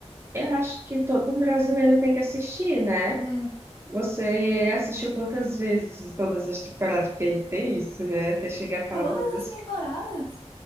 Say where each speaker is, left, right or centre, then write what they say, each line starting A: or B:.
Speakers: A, on the right (about 20°); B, on the left (about 40°).
A: Eu acho que todo brasileiro tem que assistir, né?
B: É.
A: Você assistiu quantas vezes todas as temporadas? Porque ele tem isso, né? Até chegar a falar
B: Todas
A: todas as.
B: as temporadas?